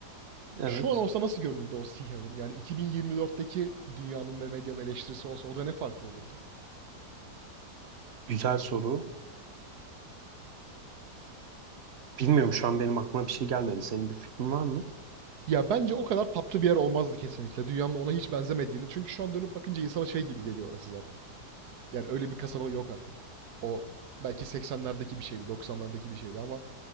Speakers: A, on the right; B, on the right.
A: evet.
B: Şu an olsa nasıl görünürdü o Sea Heaven? Yani 2024'teki dünyanın ve medyanın eleştirisi olsa orada ne farklı olurdu?
A: Güzel soru. Bilmiyorum şu an benim aklıma bir şey gelmedi. Senin bir fikrin var mı?
B: Ya bence o kadar tatlı bir yer olmazdı kesinlikle. Dünyanın ona hiç benzemediğini. Çünkü şu an dönüp bakınca insana şey gibi geliyor orası zaten. Yani öyle bir kasaba yok artık. O belki 80'lerdeki bir şeydi, 90'lardaki bir şeydi ama